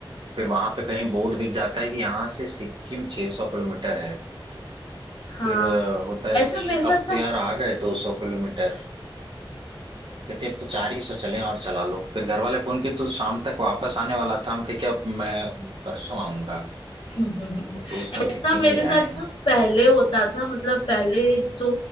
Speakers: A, on the right; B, on the left.
A: फिर वहां पे कहीं बोर्ड दिख जाता है कि यहाँ से सिक्किम छह सौ किलोमीटर है
B: हाँ
A: फिर अ, होता है
B: ऐसा
A: कि
B: मेरे साथ
A: अब
B: ना
A: तो यार आ गए दो सौ किलोमीटर कहते अब तो चार ही सौ चले और चला लो फिर घर वाले फोन किए तो शाम तक वापस आने वाला था हम कहे कि अब मैं परसों आऊंगा
B: <laughs>
A: तो
B: ऐसा
A: दोस्त ने सिक्किम
B: मेरे
A: ले
B: साथ
A: आए हैं
B: ना पहले होता था मतलब पहले जो